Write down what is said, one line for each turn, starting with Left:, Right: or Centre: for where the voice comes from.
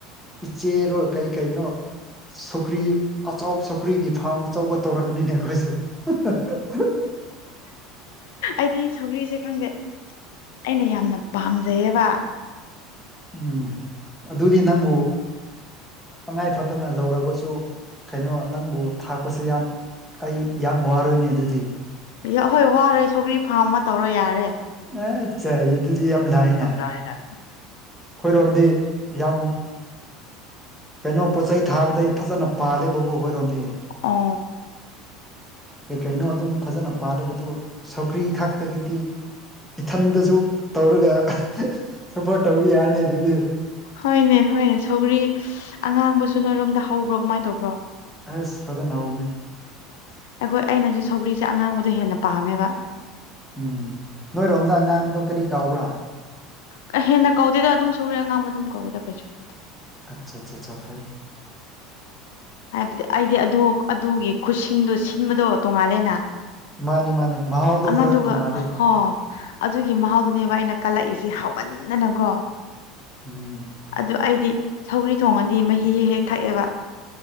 Centre: ꯏꯆꯦꯔꯣ ꯀꯩ ꯀꯩꯅꯣ ꯁꯧꯀ꯭ꯔꯤ ꯑꯆꯥꯎ ꯁꯧꯀ꯭ꯔꯤꯒꯤ ꯐꯥꯔꯝ ꯑꯆꯧꯕ ꯇꯧꯔꯛꯀꯅꯤꯅꯦ ꯑꯩꯈꯣꯏꯁꯨ ꯍꯥꯍꯥꯍꯥ
Left: ꯑꯩꯗꯤ ꯁꯧꯒꯔꯤꯁꯦ ꯈꯪꯗꯦ ꯑꯩꯅ ꯌꯥꯝꯅ ꯄꯥꯝꯖꯩꯌꯦꯕ
Centre: ꯎꯝ ꯑꯗꯨꯗꯤ ꯅꯪꯕꯨ ꯇꯉꯥꯏ ꯐꯗꯅ ꯂꯧꯔꯒꯁꯨ ꯀꯩꯅꯣ ꯅꯪꯕꯨ ꯊꯥꯛꯄꯁꯦ ꯌꯥꯝ ꯑꯩ ꯌꯥꯝ ꯋꯥꯔꯣꯏꯅꯦ ꯑꯗꯨꯗꯤ
Left: ꯌꯥ ꯍꯣꯏ ꯋꯥꯔꯣꯏ ꯁꯧꯒ꯭ꯔꯤ ꯐꯥꯔꯝ ꯑꯃ ꯇꯧꯔꯣ ꯌꯥꯔꯦ
Centre: ꯑꯆꯥ ꯌꯦꯗꯨꯗꯤ ꯌꯥꯝ ꯂꯥꯏꯌꯦ
Left: ꯌꯥꯝ ꯂꯥꯏꯌꯦꯅ
Centre: ꯈꯣꯏꯔꯣꯝꯗꯤ ꯌꯥꯝ ꯀꯩꯅꯣ ꯄꯣꯠ ꯆꯩ ꯊꯥꯕꯗꯩ ꯐꯖꯅ ꯄꯥꯜꯂꯤꯦꯕꯀꯣꯈꯣꯏꯔꯣꯝꯗꯤ
Left: ꯑꯣ
Centre: ꯀꯩ ꯀꯩꯅꯣ ꯑꯗꯨꯝ ꯐꯖꯅ ꯄꯥꯜꯂꯤꯦꯕꯗꯨ ꯁꯧꯀ꯭ꯔꯤ ꯈꯥꯛꯇꯒꯤꯗꯤ ꯏꯊꯟꯗꯁꯨ ꯇꯧꯔꯒ ꯁꯞꯄꯣꯔꯠ ꯇꯧ ꯌꯥꯔꯅꯤ ꯑꯗꯨꯗꯤ
Left: ꯍꯣꯏꯅꯦ ꯍꯣꯏꯅꯦ ꯁꯧꯒꯔꯤ ꯑꯉꯥꯡꯕꯁꯨ ꯅꯣꯏꯔꯣꯝꯗ ꯍꯧꯕ꯭ꯔꯣ ꯀꯃꯥꯏꯅ ꯇꯧꯕ꯭ꯔꯣ
Centre: ꯑꯁ ꯐꯖꯅ ꯍꯥꯎꯕꯅꯤ
Left: ꯑꯩꯈꯣꯏ ꯑꯩꯅꯁꯨ ꯁꯧꯒ꯭ꯔꯤꯁꯦ ꯑꯉꯥꯡꯕꯗꯨ ꯍꯦꯟꯅ ꯄꯥꯝꯃꯦꯕ
Centre: ꯎꯝ ꯅꯣꯏꯔꯣꯝꯗ ꯑꯉꯥꯡꯕꯗꯣ ꯀꯔꯤ ꯀꯧꯕ꯭ꯔꯥ
Left: ꯀ ꯍꯦꯟꯅ ꯀꯧꯗꯦꯗ ꯑꯗꯨꯝ ꯁꯨꯒ꯭ꯔꯤ ꯑꯉꯥꯡꯕ ꯑꯗꯨꯝ ꯀꯧꯏꯗ ꯀꯩꯁꯨ ꯀꯧꯗꯦ
Centre: ꯑꯠꯆꯥ ꯆꯥ ꯆꯥ ꯐꯩ
Left: ꯍꯥꯏꯕꯗꯤ ꯑꯩꯗꯤ ꯑꯗꯨ ꯑꯗꯨꯒꯤ ꯈꯨꯠꯁꯤꯟꯗꯣ ꯁꯤꯟꯕꯗꯣ ꯇꯣꯡꯉꯥꯜꯂꯦꯅ
Centre: ꯃꯥꯅꯦ ꯃꯥꯅꯦ ꯃꯍꯥꯎꯗꯣ
Left: ꯑꯃꯗꯨꯒ
Centre: ꯈꯔ ꯇꯣꯡꯉꯥꯜꯂꯦ
Left: ꯍꯣ ꯑꯗꯨꯒꯤ ꯃꯍꯥꯎꯗꯨꯅꯦꯕ ꯑꯩꯅ ꯀꯜꯂꯛꯏꯁꯦ ꯍꯥꯎꯃꯟꯗꯅꯀꯣ
Centre: ꯎꯝ
Left: ꯑꯗꯨ ꯑꯩꯗꯤ ꯁꯧꯒꯔꯤ ꯊꯣꯡꯉꯗꯤ ꯃꯍꯤ ꯍꯦꯛ ꯍꯦꯛ ꯊꯛꯑꯦꯕ